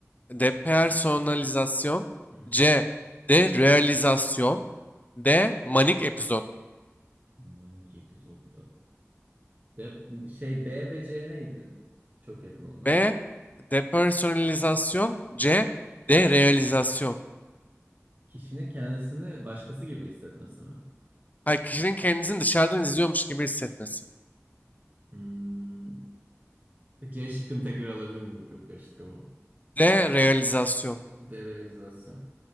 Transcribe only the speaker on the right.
Hı hı.
Aman iki epizod. Ee, de, şey B ve C neydi? Çok yakın onlar.
Kişinin kendisini başkası gibi hissetmesi mi?
Hmm. C şıkkını tekrar alabilir miyim? Çok karıştı kafam.
Derealizasyon.